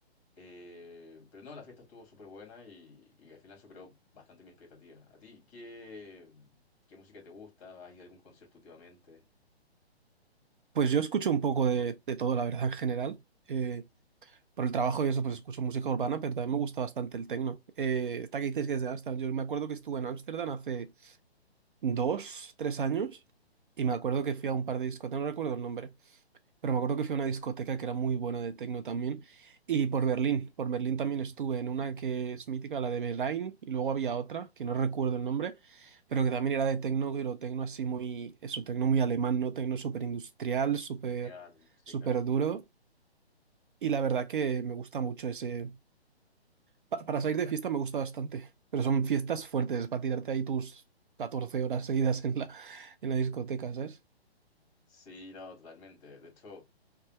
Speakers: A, on the left (about 30°); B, on the right (about 55°).
A: Eh, pero no, la fiesta estuvo súper buena y, y al final superó bastante mi expectativa ¿A ti qué, qué música te gusta? ¿Hay algún concierto últimamente?
B: Pues yo escucho un poco de, de todo, la verdad, en general. Eh, por el trabajo y eso, pues escucho música urbana, pero también me gusta bastante el techno. Eh, esta que dices que es de Ámsterdam. Yo me acuerdo que estuve en Ámsterdam hace dos, tres años y me acuerdo que fui a un par de discotecas, no recuerdo el nombre, Pero me acuerdo que fui a una discoteca que era muy buena de techno también. Y por Berlín, por Berlín también estuve en una que es mítica, la de Berlín, y luego había otra, que no recuerdo el nombre, pero que también era de techno, pero techno así muy, eso, techno muy alemán, ¿no? Techno súper industrial, súper,
A: Real, sí,
B: súper
A: claro.
B: duro. Y la verdad que me gusta mucho ese... pa- para salir de fiesta me gusta bastante, pero son fiestas fuertes, para tirarte ahí tus 14 horas seguidas en la, en la discoteca, ¿sabes?
A: Sí, no, totalmente. De hecho,